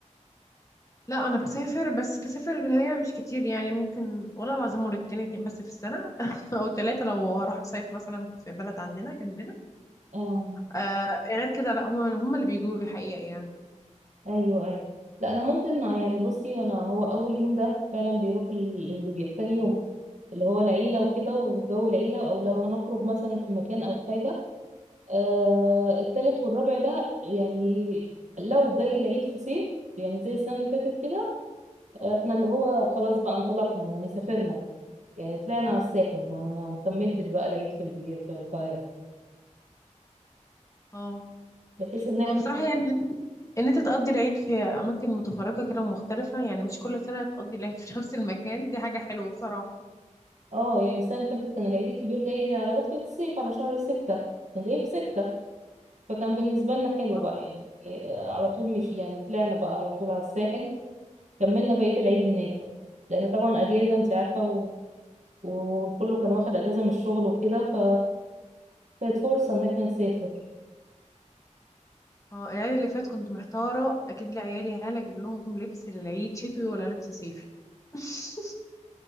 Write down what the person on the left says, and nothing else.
لا انا بسافر بس بسافر اللي هي مش كتير يعني ممكن والله العظيم مرتين اتنين بس في السنه <laughs> او ثلاثه لو هروح صيف مثلا في بلد عندنا جنبنا
آه غير كده لا هما هما اللي بيجوا لي حقيقه يعني
اه
هو بصراحه يعني ان انت تقضي العيد في اماكن متفرقه كده ومختلفه يعني مش كل سنه تقضي العيد <laughs> في نفس المكان دي حاجه حلوه بصراحه
اه
اه العيد اللي فات كنت محتاره اجيب لعيالي هل اجيب لهم لبس للعيد شتوي ولا لبس صيفي <laughs>